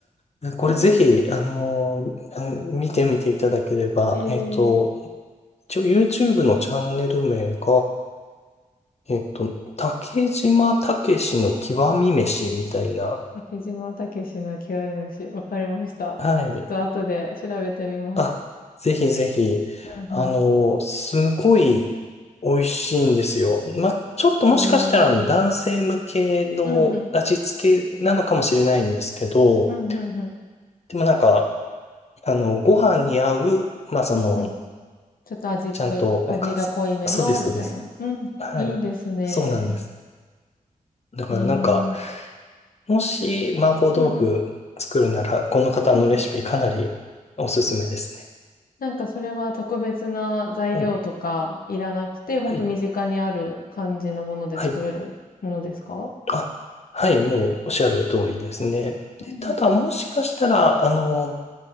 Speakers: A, on the left (about 45°); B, on the left (about 75°).
A: か。これぜひ、
B: <laughs>
A: あのーうん見てみていただければ、
B: えー、
A: えっと、一応 YouTube のチャンネル名が、えっと、竹島たけしの極み飯みたいな、
B: 竹島武史の極み虫。わかりました。
A: はい。
B: ちょっと後で調べてみます。
A: あ、ぜひぜひ、
B: うん
A: あの、すごい美味しいんですよ。ま、ちょっともしかしたらあの男性向けの味付けなのかもしれないんですけど、
B: うん。えー、うんうん。うんうんうん。
A: でもなんか、あの、ご飯に合う、まあ、その、
B: うんうん。ちょっと味気、
A: ちゃんとおかず。
B: 味が濃いめの、
A: そうです、
B: みたいな。
A: そうです。
B: うん。
A: はい。
B: いいですね。
A: そうなんです。だからなんか、
B: へえ。うん
A: もし麻婆豆腐作るなら、
B: うん。
A: この方のレシピかなりおすすめですね。
B: うんうん。なんかそれは特別な材料とかいらなくて、
A: はい。
B: ほんと身近にある感じのもので作れるものですか
A: はい。はい。あ、はい、もうおっしゃる通りですね。
B: うんうん。
A: でただ、もしかしたら、あの、